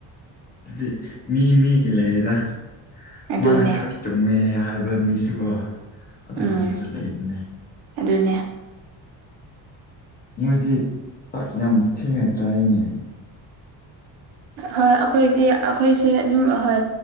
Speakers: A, on the left; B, on the right.
A: ꯑꯗꯨꯗꯤ ꯃꯤ ꯃꯤꯒꯤ ꯂꯩꯌꯦꯗ
B: ꯑꯗꯨꯅꯦ
A: ꯃꯥꯅ ꯈꯛ ꯆꯨꯝꯃꯦ ꯍꯥꯏꯕ ꯃꯤꯁꯨꯀꯣ ꯑꯗꯨꯒꯨꯝꯕꯁꯨ
B: ꯎꯝ
A: ꯂꯩꯕꯅꯦ
B: ꯑꯗꯨꯅꯦ
A: ꯃꯣꯏꯗꯤ ꯆꯥꯛ ꯌꯥꯝ ꯊꯦꯡꯅ ꯆꯥꯏꯅꯦ
B: ꯍꯣꯏ ꯑꯩꯈꯣꯏꯗꯤ ꯑꯩꯈꯣꯏꯁꯦ ꯑꯗꯨꯝ ꯑꯍꯣꯏ